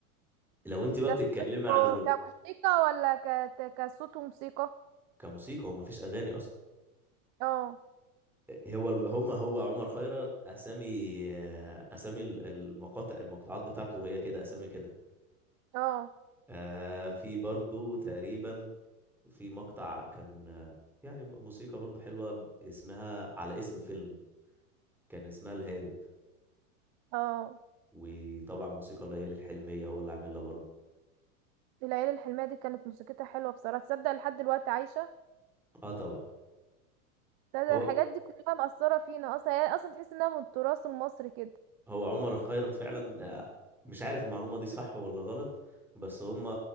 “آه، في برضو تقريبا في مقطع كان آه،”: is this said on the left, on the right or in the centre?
Centre